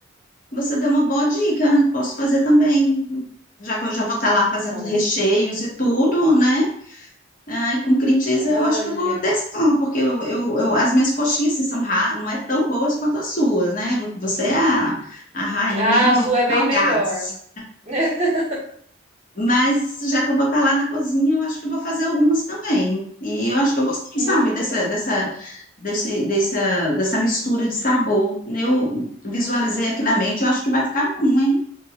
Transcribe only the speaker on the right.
Nossa,
olha.
Ah,
a sua é bem
melhor. <laughs>
Isso.